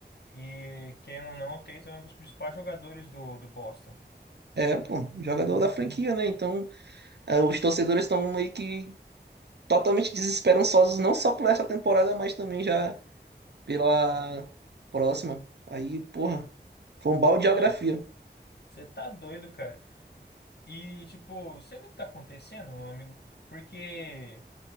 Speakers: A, on the left (about 65°); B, on the right (about 65°).
A: E querendo ou não, o Tatum é um dos principais jogadores do, do Boston.
B: É, pô, jogador da franquia, né? Então, eh, os torcedores estão meio que totalmente desesperançosos, não só por essa temporada, mas também já pela
A: Ah,
B: próxima. Aí, porra, foi um balde de geografia.
A: Não, você tá doido, cara. E, tipo, você vê o que tá acontecendo, meu amigo? Porque.